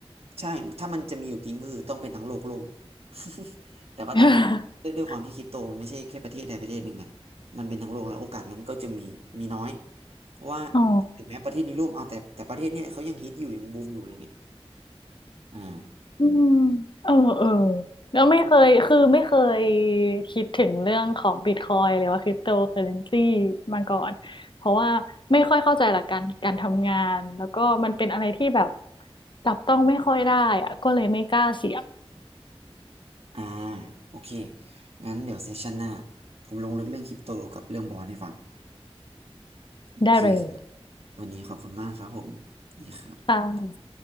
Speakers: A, on the right; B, on the left.
A: ใช่ถ้ามันจะมีอยู่จริงก็คือต้องเป็นทั้งโลกล่ม <laughs> แต่ว่าตอนเนี้ยด้วยด้วยความที่คริปโตมันไม่ใช่แค่ประเทศใดประเทศหนึ่งไง
B: <laughs>
A: มันเป็นทั้งโลกแล้วโอกาสนั้นก็จะมีมีน้อยเพราะว่า
B: อ๋อ
A: ถึงแม้ประเทศนี้ร่วมเอ่าวแต่แต่ประเทศเนี้ยเขายังฮิตอยู่ยังบูมอยู่เลยเนี่ยอ่า
B: อืมเออเออแล้วไม่เคยคือไม่เคยคิดถึงเรื่องของบิตคอยหรือว่าคริปโตเคอเรนซีมาก่อน เพราะว่าไม่ค่อยเข้าใจหลักการการทำงาน แล้วก็มันเป็นอะไรที่แบบจับต้องไม่ค่อยได้อะก็เลยไม่กล้าเสี่ยง
A: อ่าโอเคงั้นเดี๋ยวเซสชันหน้าผมลงลึกเรื่องคริปโตกับเรื่องบอลให้ฟังโอเคครับ
B: ได้เลย
A: วันนี้ขอบคุณมากครับผมดีครับ
B: ค่ะ